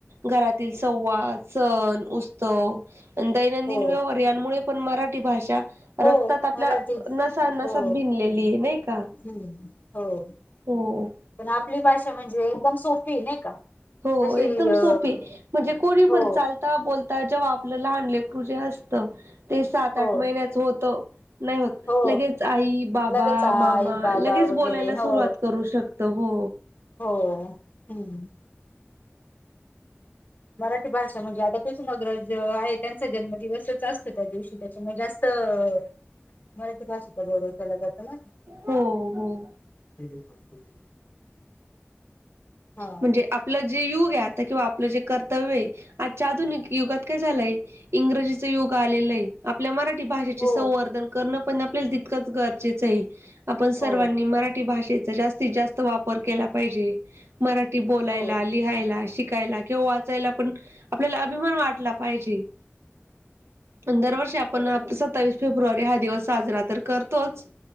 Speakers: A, on the right (about 75°); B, on the left (about 40°).
A: घरातील संवाद. सण उत्सव दैनंदिन
B: हो
A: व्यवहार यांमुळे पण मराठी भाषा. रक्तात
B: हो
A: आपल्या
B: मराठीत
A: नसा नसात
B: हो
A: भिनलेली आहे नाही काय.
B: हम्म, हो,
A: हो,
B: पण आपली भाषा म्हणजे एकदम सोपी नाही का,
A: हो
B: तशी
A: एकदम
B: अ
A: सोपी म्हणजे कोणी
B: हो
A: पण चालत ''--'' चा बोलता जेव्हा आपलं लहान लेकरू जे असत ते सात आठ
B: हो
A: महिन्याच होत. नाही होत
B: हो
A: लगेच आई बाबा
B: लगेच आई
A: मामा
B: बाबा
A: लगेच
B: वगैरे
A: बोलायला
B: हो
A: सुरुवात करू शकत. त हो,
B: हो हम्म, मराठी भाषा म्हणजे आता कुसुमाग्रह आहे त्यांचा जन्मदिवसच असतो त्या दिवशी. म जास्त मराठी भाषेचा गौरव केला जातं ना.
A: हो हो
B: ह ब <unintelligible> हा
A: म्हणजे आपलं जे युग आहे आता किंवा आपलं जे कर्तव्य आहे आजच्या आधुनिक युगात. काय झालंय इंग्रजीच युग आलेल हे आपल्या मराठी भाषेचे
B: हो
A: संवर्धन करण. पण आपल्याला तितकंच गरजेचं आहे आपण सर्वांनी
B: हो
A: मराठी भाषेच. जास्तीत जास्त वापर केला पाहिजे मराठी बोलायला
B: हो
A: लिह ''--'' लिहायला शिकायला किंवा वाचायला पण आपल्याला अभिमान वाटला पाहिजे. दरवर्षी आपण
B: हो
A: सत्तावीस फेब्रुवारी हा दिवस साजरा तर करतोच.